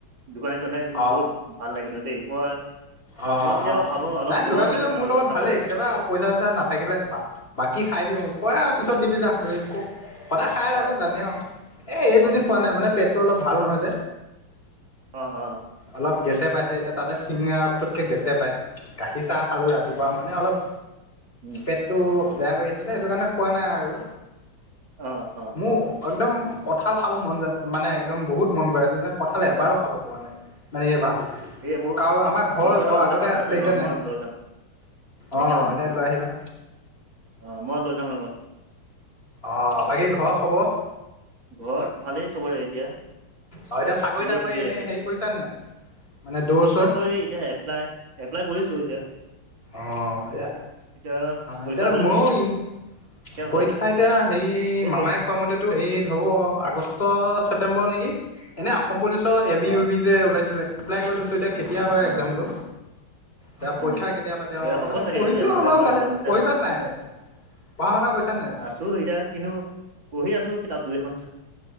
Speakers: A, on the right; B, on the left.
A: দোকানীজনে একদম
B: অ
A: বহুত ভাল লাগে কিন্তু দেই। মই-
B: অঁ'
A: মই কেতিয়াবা
B: অঁ'
A: ভাবোঁ অলপ
B: নাই,
A: লৈ
B: দোকানী
A: আহোঁ নেকি
B: জন
A: ভাতৰ
B: মোৰ লগত
A: খাবলৈ
B: ভালেই, কেতিয়াবা- পইচা চইচা নাথাকিলে বা বাকী খাই দিওঁ, কয় আৰু পিছত দিবি যা বুলি। সদায় খাইয়ে থাকো
A: অঁ
B: জানে
A: অঁ
B: আৰু এ এই দুদিন
A: অঁ
B: খোৱা নাই মানে পেটটো অলপ ভাল নহয় যে।
A: অঁ' অঁ'।
B: অলপ গেছে পাইছে এতিয়া তাতে চিঙৰা পতকে গেছে পায়, গাখীৰ চাহ- খালোঁ ৰাতিপুৱা মানে অলপ
A: অঁ
B: পেটটো বেয়া কৰি আছে যে সেইটো কাৰণে খোৱা নাই আৰু।
A: অহ'-অহ'।
B: মোৰ একদম কঁঠাল খাব মন যায় মানে একদম বহুত মন গৈ আছে <unintelligible> কঁঠাল এবাৰো খাব পোৱা নাই। মানে এইবাৰ
A: এই মোৰ
B: কাৰণ আমাৰ ঘৰৰ
A: গছত আৰু
B: আগতে
A: দুটামান
B: আছিলে
A: আছে ৰ'বা
B: এতিয়া
A: মই
B: নাই।
A: লৈ যাম নাইকিয়া
B: অঁ'
A: হ'ল নেকি
B: এতিয়া এইটো লৈ আহিবা।
A: অঁ' মই লৈ যাম ৰ'বা।
B: অঁ' বাকী ঘৰৰ খবৰ?
A: ঘৰত ভালেই চবৰে এতিয়া।
B: অ এতিয়া চাকৰি
A: চবেই
B: তাকৰি
A: ঠিকেই
B: এনে
A: আছে
B: হেৰি
A: এতিয়া,
B: কৰিছা নে নাই মানে দৌৰ চৌৰ
A: চাকৰি এতিয়া এপ প্লাই, এপ্লাই কৰিছোঁ এতিয়া।
B: অহ' এয়া
A: এতিয়া পৰীক্ষাবিলাক
B: এতিয়া ময়ো ইন
A: কেতিয়া
B: পৰীক্ষা
A: হয়
B: এতিয়া হেৰি
A: এই
B: মামাই-
A: ক
B: কোৱা মতেটো এই হ'ব আগষ্ট ছেপ্তেম্বৰ নেকি, এনে অসম পুলিচৰ এ বি
A: অঁ
B: ইউ বি- যে উলাইছিলে এপ্লাই কৰি থৈছো এতিয়া কেতিয়া হয়
A: অঁ
B: একজামটো পৰীক্ষা।
A: হয়
B: পৰীক্ষা
A: নেকি
B: কেতি কেতিয়া পাতে আৰু
A: এই হ'ব
B: মানে
A: চাগে
B: পঢ়িছো
A: এয়া নৱেম্বৰ
B: অলপ লাহে,
A: এনেকুৱা মানতে
B: পঢ়িছা নে নাই এনে পঢ়া শুনা কৰিছা নে নাই?
A: আছোঁ এতিয়া কিন্তু পঢ়ি আছো কিতাপ দুই এখন।